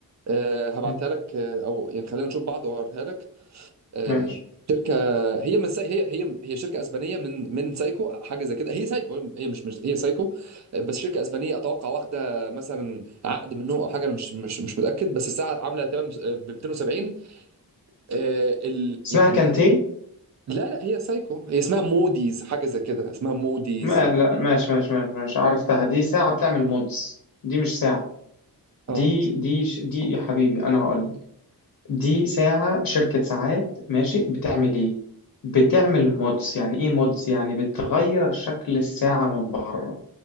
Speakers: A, on the right (about 45°); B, on the left (about 65°).
A: أه، هبعتها
B: مم.
A: لك أه، او يعني خلينا نشوف بعض واوريها لك أه،
B: ماشي
A: شركه هي من ساي... هي هي هي شركه اسبانيه من من سايكو حاجه زي كده هي سايكو هي مش مش هي سايكو أه، بس شركه اسبانيه اتوقع واخده مثلا عقد منهم او حاجه انا مش مش مش متاكد بس الساعه عامله تمام ب 270 آه، ال...
B: اسمها
A: يعني
B: كانتي
A: لا لا هي سايكو هي اسمها موديز حاجه زي كده اسمها موديز
B: ما لا ماشي ماشي ماشي ماشي عرفتها دي ساعة بتعمل مودز دي مش ساعة
A: اه
B: دي دي ش- دي يا حبيبي أنا هقول لك دي ساعة شركة ساعات ماشي بتعمل إيه بتعمل مودز يعني إيه مودز يعني بتغير شكل الساعة من بره